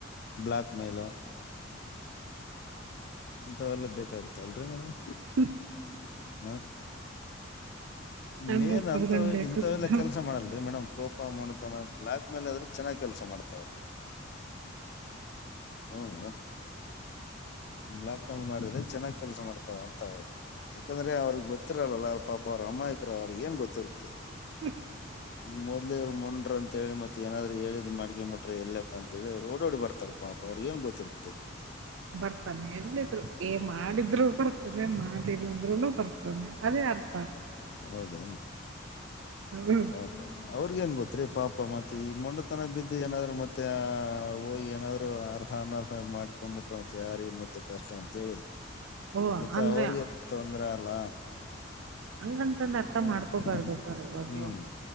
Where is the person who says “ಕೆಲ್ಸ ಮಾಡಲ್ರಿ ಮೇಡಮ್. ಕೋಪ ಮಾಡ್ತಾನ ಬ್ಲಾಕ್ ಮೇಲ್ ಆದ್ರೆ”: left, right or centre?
Left